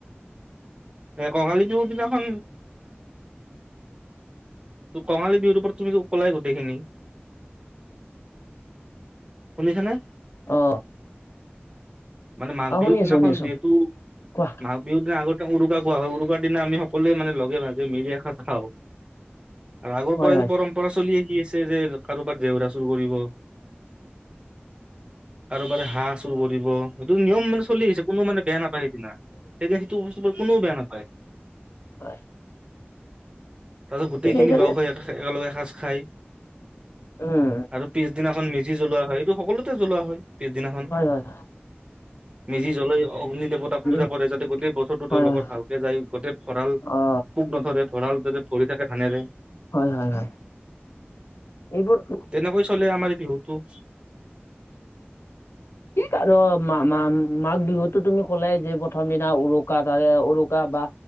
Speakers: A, on the right (about 25°); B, on the left (about 85°).
A: কঙালি বিহু দিনা খন। ত কঙালী বিহুৰ পৰত তুমি কলাই গোটেইখিনি। শুনিছেনে?
B: অ।
A: মানে মাঘ
B: অ
A: বিহুৰ
B: শুনি
A: দিনাখন
B: আছো শুনি আছো
A: যিহেতু,
B: কোৱা
A: মাঘ- বিহুৰ দিনা আগতে উৰুকা খোৱা হয় উৰুকাৰ দিনা আমি সকলোৱে মানে লগে ভাগে মিলি এসাজ খাওঁ। আৰু আগৰ
B: হয়
A: পৰাইতটো
B: হয়
A: পৰম্পৰা চলি আহি আছে যে কাৰোবাত জেউৰা চুৰ কৰিব। কাৰোবাৰে হাঁহ চুৰ কৰিব সেইটো নিয়ম মানে চলি আহিছে কোনো মানে বেয়া নাপায় সেইদিনা। তেতিয়া কিন্তু কোন বেয়া নাপায়।
B: হয়
A: তাৰ পিছত গোটেইখিনি
B: ঠিক সেইদৰে
A: লগ হৈ একেলগে এসাজ- খাই।
B: উম
A: আৰু পিছদিনাখন মেজি জ্বলোৱা হয় এইটো সকলোতে জ্বলোৱা হয় পিছদিনাখন।
B: হয় হয়।
A: মেজি জ্বলাই অগ্নি দেৱতাক- চবে
B: উম
A: পূজা কৰে যাতে গোটেই বছৰো
B: হয়
A: তেওঁলোকৰ
B: হয়
A: ভালকে যায় গোটেই ভৰাল,
B: অ
A: পোক নথৰে। ভৰাল যাতে ভৰি থাকে ধানেৰে।
B: হয় হয় হয়, এইবোৰ-
A: তেনেকৈ চলে আমাৰ বিহুতো।
B: থিক আৰু মা মা মাঘ বিহুতো তুমি ক'লে যে প্ৰথম দিনা উৰুকা ত উৰুকা বা-